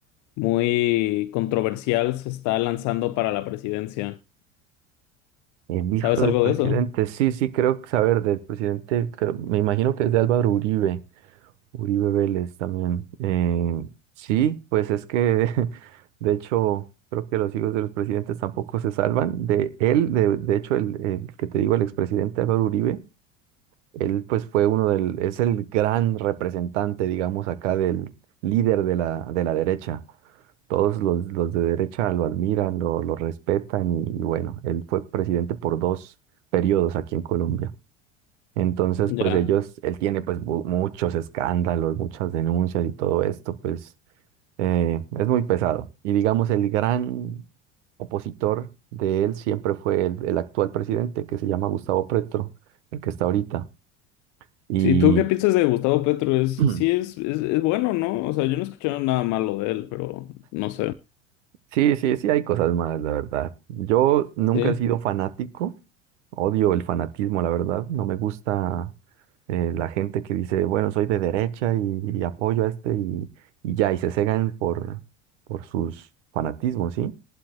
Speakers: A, on the left; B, on the right.
A: muy controversial se está lanzando para la presidencia.
B: El hijo
A: ¿Sabes
B: del
A: algo
B: presidente,
A: de eso?
B: sí, sí, creo que saber del presidente, creo- me imagino que es de Álvaro Uribe, Uribe Vélez también. Eh, sí, pues es que, <laughs> de hecho, creo que los hijos de los presidentes tampoco se salvan. De él, de, de hecho, el, el que te digo, el expresidente Álvaro Uribe, Él pues fue uno del, es el gran representante, digamos, acá del líder de la, de la derecha. Todos los, los de derecha lo admiran, lo, lo respetan y bueno, él fue presidente por dos periodos aquí en Colombia. Entonces,
A: Ya.
B: pues ellos, él tiene pues mu- muchos escándalos, muchas denuncias y todo esto, pues eh, es muy pesado. Y digamos, el gran opositor de él siempre fue el, el actual presidente, que se llama Gustavo Petro, el que está ahorita. Y
A: Sí, ¿tú qué piensas de Gustavo Petro? Es,
B: Mm,
A: sí, es, es, es bueno, ¿no? O sea, yo no he escuchado nada malo de él, pero no sé.
B: Sí, sí, sí, hay cosas malas, la verdad. Yo nunca
A: Sí.
B: he sido fanático, odio el fanatismo, la verdad. No me gusta eh, la gente que dice, bueno, soy de derecha y, y apoyo a este y, y ya, y se cegan por, por sus fanatismos, ¿sí?